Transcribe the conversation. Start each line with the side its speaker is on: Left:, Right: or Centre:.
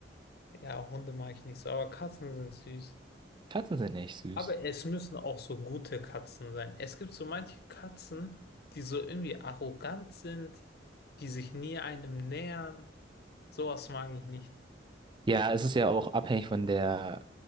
Left: ja, Hunde mag ich nicht so, aber Katzen sind süß.
Right: Katzen sind echt süß.
Left: Aber es müssen auch so gute Katzen sein. Es gibt so manche Katzen, die so irgendwie arrogant sind, die sich nie einem nähern. Sowas mag ich nicht.
Right: Ja, es ist ja auch abhängig von der,